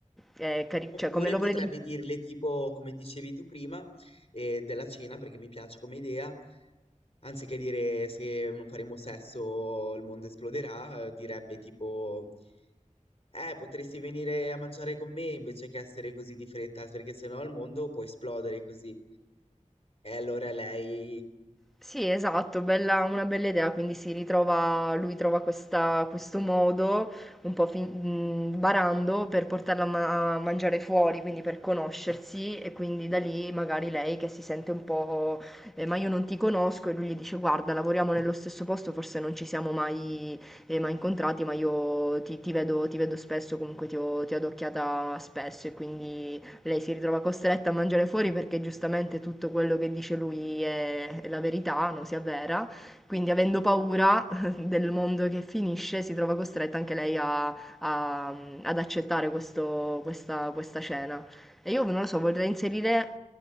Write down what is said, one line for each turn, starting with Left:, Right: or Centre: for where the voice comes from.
Centre: è cari-
Left: Oppure
Centre: cioè come lo
Left: potrebbe
Centre: volevi...
Left: dirle tipo, come dicevi tu prima, eh, della cena, perché mi piace come idea, anziché dire se non faremo sesso il mondo esploderà, eh, direbbe tipo, eh, potresti venire a mangiare con me invece che essere così di fretta, perché sennò il mondo può esplodere così. E allora lei
Centre: Sì, esatto, bella, una bella idea, quindi si ritrova, lui trova questa- questo modo, un po' fin- mh, barando, per portarla a, ma- a mangiare fuori, quindi per conoscersi e quindi da lì magari lei che si sente un po', eh, ma io non ti conosco e lui gli dice guarda, lavoriamo nello stesso posto, forse non ci siamo mai, eh, mai incontrati, ma io ti, ti vedo, ti vedo spesso, comunque ti ho, ti ho adocchiata spesso e quindi lei si ritrova costretta a mangiare fuori perché giustamente tutto quello che dice lui è, è la verità, non si avvera. Quindi avendo paura <laughs> del mondo che finisce, si trova costretta anche lei a- a- ad accettare questo- questa, questa scena. E io non lo so, vorrei inserire